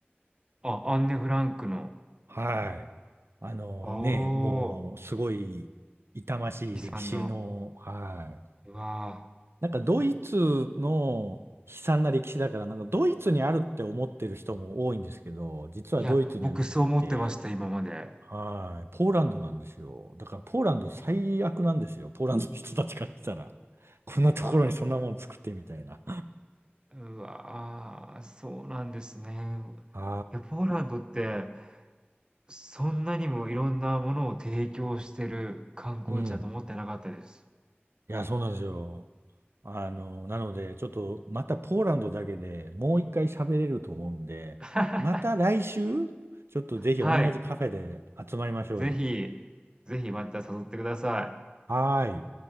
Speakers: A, on the right (about 20°); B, on the right (about 80°).
A: あ、アンネ・フランクの
B: はい。あのね、
A: お
B: もうすごい痛ましい歴史の、
A: ー、悲惨な。
B: はい。
A: うわ
B: なんかドイツの悲惨な歴史だから、なんかドイツにあるって思ってる人も多いんですけど、実はドイツにはなくって、
A: ーいや、僕そう思ってました、今まで。
B: はい。ポーランドなんですよ。だからポーランド最悪なんですよ。ポーランドの人たちからしたら。<laughs> こんなところにそんなもん作ってみたいな。
A: うわー、うわ、あーそうなんですね。
B: は
A: いや、ポーランドって、そんなにもいろんなものを提供してる観光地だと思ってなかったです。
B: い。うん。いや、そうなんですよ。あの、なので、ちょっとまたポーランドだけでもう一回喋れると思うんで、
A: <laughs>
B: また来週、ちょっとぜひ同じカフェで集まりましょうよ。
A: はい。ぜひ、ぜひまた誘ってください。
B: はーい。